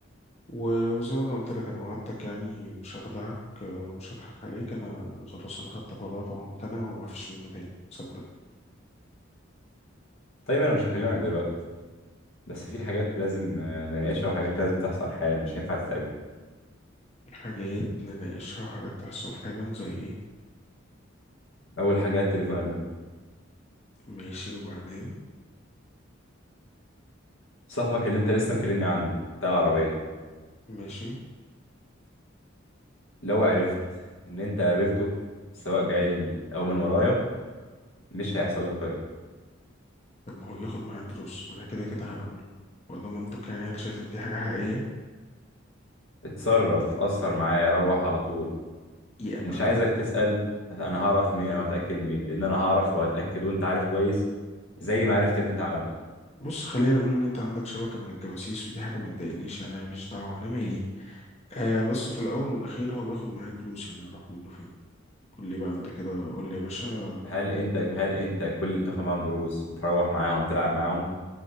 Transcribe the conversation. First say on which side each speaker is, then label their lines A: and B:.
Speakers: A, on the left; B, on the left.
A: و- وزي ما أنا قلت لك أنا وعدتك يعني مش هخدعك ومش هضحك عليك أنا خلاص أنا خدت قرار وهمتنع ومفيش منه تاني صدق
B: طيب انا مش هكلمك دلوقتي بس في حاجات لازم آه، نناقشها وحاجات لازم تحصل حالا مش هينفع تتأجل
A: حاجات نناقشها وحاجات تحصل حالا زي ايه
B: اول حاجة تليفونك ده
A: ماشي وبعدين
B: صاحبك اللي انت لسه مكلمني عنه بتاع العربية
A: ماشي
B: لو عرفت ان انت قابلته سواء بعلمي او من ورايا مش هيحصل لك طيب
A: طب ما هو بياخد معاه دروس ما انا كده كده هقابله وده منطق يعني هل شايف ان دي حاجة حقيقية
B: اتصرف اثر معايا روح على طول
A: يا
B: ومش
A: مقاوي
B: عايزك تسأل انا هعرف منين او هتأكد منين لان انا هعرف وهتأكد وانت عارف كويس زي ما عرفت اللي انت عملته
A: بص خلينا نقول ان انت عندك شبكة من الجواسيس ودي حاجة ما تضايقنيش يعني أنا ماليش دعوة انا مالي آه بس في الاول والاخير هو بياخد معاه دروس يعني اروح منه فين قول لي بقى انت كده قول لي يا باشا
B: هل انت هل انت كل اللي تاخد معاهم دروس تروح معاهم تلعب معاهم